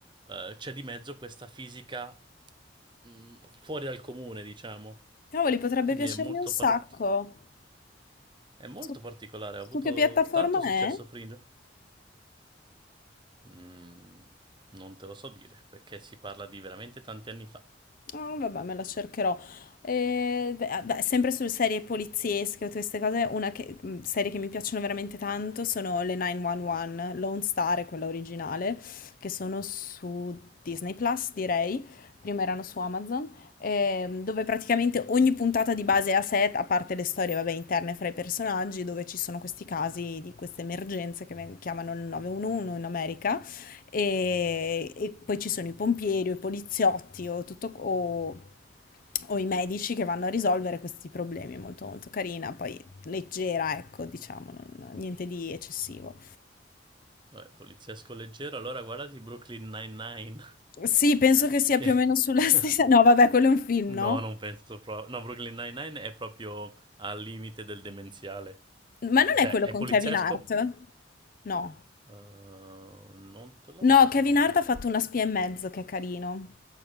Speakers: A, on the right (about 25°); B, on the left (about 45°).
A: eh, c'è di mezzo questa fisica mm, fuori dal comune, diciamo.
B: Cavoli, potrebbe
A: Quindi
B: piacermi
A: è molto
B: un sacco.
A: particolare. È molto
B: Su,
A: particolare,
B: su
A: ha avuto
B: che piattaforma
A: tanto
B: è?
A: successo Fringe? Mm, non te lo so dire, perché si parla di veramente tanti anni fa.
B: Ah, vabbè, me la cercherò. Eh, beh, ah, beh, sempre su serie poliziesche o queste cose, una che- mh, serie che mi piacciono veramente tanto sono le 911, Lone Star è quella originale, che sono su Disney Plus, direi. Prima erano su Amazon, ehm, dove praticamente ogni puntata di base è a set, a parte le storie, vabbè, interne fra i personaggi, dove ci sono questi casi di queste emergenze che ven- chiamano il 911 in America. E, e poi ci sono i pompieri o i poliziotti o, tutto, o, o i medici che vanno a risolvere questi problemi. È molto, molto carina, poi leggera, ecco, diciamo, non- niente di eccessivo.
A: Vabbè, poliziesco leggero, allora guardati Brooklyn Nine-Nine,
B: Sì, penso che sia
A: che...
B: più o meno sulla <laughs> stessa.
A: <laughs>
B: No, vabbè, quello è un film,
A: no,
B: no?
A: non penso proprio... No, Brooklyn Nine-Nine è proprio al limite del demenziale.
B: Ma non
A: Cioè,
B: è quello
A: è
B: con
A: poliziesco?
B: Kevin Hart? No.
A: Eh, non te lo so
B: No,
A: dire.
B: Kevin Hart ha fatto Una spia e mezzo, che è carino.